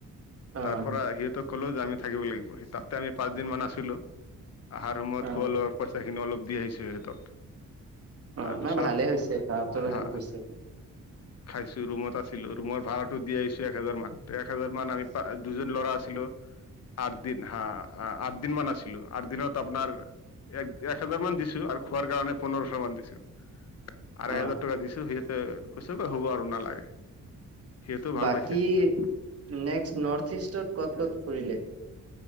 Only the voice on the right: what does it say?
অ'
অ
অ
নাই ভালে হৈছে তাহতৰো
হেল্প হৈছে
অ
বাকী
নেক্সট নৰ্থ ইষ্টত ক'ত কত ফুৰিলে